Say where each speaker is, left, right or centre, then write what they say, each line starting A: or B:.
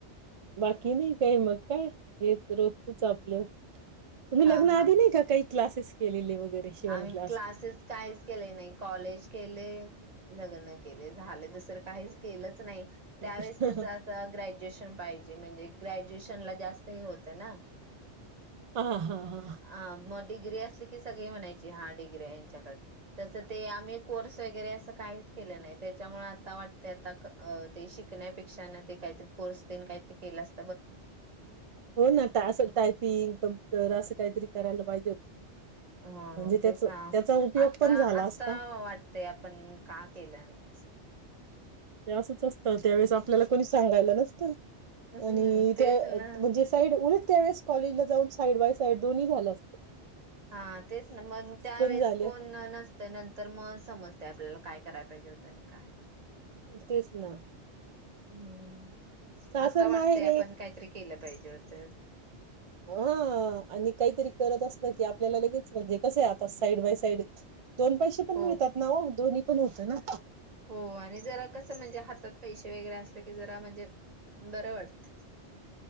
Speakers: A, on the right; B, on the right.
A: बाकी नाही काही मग काय हेच रोजचच आपलं तुम्ही
B: हा
A: लग्न आधी
B: हा.
A: नाही का काही क्लासेस केलेले वगैरे शिवण
B: आम्ही
A: क्लास
B: क्लासेस काहीच केले नाही कॉलेज केले. लग्न केले झाले दुसरं काहीच केलंच नाही. त्यावेळेस
A: हा
B: कस अत ग्रॅज्युएशन पाहिजे म्हणजे ग्रॅज्युएशन ला जास्त हे होत ना
A: हा हा हा
B: अ मग डिग्री असली सगळी म्हणायची हा डिग्री ह्यांच्या कड तस ते आम्ही कोर्स वगैरे अस काहीच केलं नाही त्याच्यामुळे आता वाटत आता ते शिकण्यापेक्षा न काहीतरी कोर्स तेनं काहीतरी केलं अस
A: हो ना अस टायपिंग कम्प्युटर अस काहीतरी करायला पाहिजे होतं.
B: ह
A: म्हणजे त्याच
B: तेच
A: त्याचा उपयोग
B: आता
A: पण झाला
B: आता
A: असता
B: वाटतेय आपण का केलं नाही असं
A: ते असंच असतं त्यावेेळेस आपल्याला कोणी सांगायला नसतं.
B: हम्म
A: आणि
B: तेच
A: त्या
B: ना
A: म्हणजे साईड उलट त्यावेेळेस कॉलेज ला जाऊन साईड बाय साईड दोन्ही झालं असत.
B: हा तेच ना मग त्यावेेळेस
A: झाली
B: कोण
A: असती.
B: नसतं नंतर म समजते आपल्याला काय कराय पाहिजे होत काय
A: तेच ना
B: हूं
A: सासर
B: आता वाटतय
A: माहेर
B: आपण काहीतरी केलं पाहिजे होत.
A: हो आणि काहीतरी करत अस की आपल्याला लगेच म्हणजे कसय आता साईड बाय साईड दोन पैसे पण
B: हो
A: मिळतात ना ओ दोन्ही पण होतं ना
B: हो आणि जरा कसं म्हणजे हातात पैसे वगैरे अस ते की जरा म्हणजे बरं वाटतं.